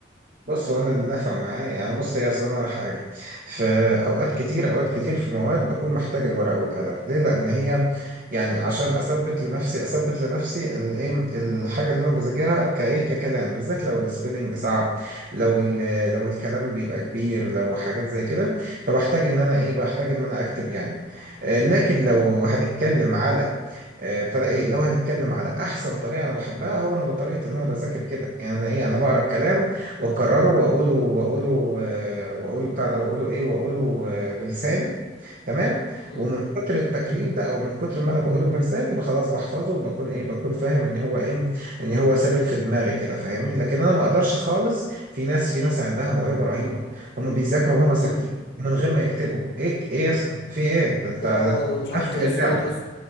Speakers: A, on the right; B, on the left.
A: بص هو انا اللي نفع معايا يعني بص يا اصل انا حاجه في اوقات كتير اوقات كتير في مواد بكون محتاج الورقه والقلم ليه لان هي يعني عشان اثبت لنفسي اثبت لنفسي الايه الحاجه اللي انا بذاكرها كايه ككلام بالذات لو السبيلنج صعب لو ال- لو الكلام بيبقى كبير لو حاجات زي كده فبحتاج ان انا ايه بحتاج ان انا اكتب يعني آه، لكن لو هنتكلم على آه، ابتدى ايه لو هنتكلم على احسن طريقه انا بحبها هو انا بطريقه ان انا بذاكر كده يعني انا ايه انا بقرا الكلام واكرره واقوله واقوله آه، واقوله بتاع ده واقوله ايه واقوله آه، بلساني تمام
B: امم
A: ومن كتر التكرير ده او من كتر ما انا بقوله بلساني يبقى خلاص بحفظه وبكون ايه بكون فاهم ان هو ايه ان هو ثابت في دماغي كده فاهمني لكن انا ما اقدرش خالص في ناس في ناس عندها موهبة رهيبة هم بيذاكروا وهم
B: امم
A: ساكتين من غير ما يكتبوا ايه ايه يا اسطى في ايه ده انت
B: اه
A: ده انت
B: لما
A: بتقفل
B: مش عارف تحسه
A: اللعبة
B: تحس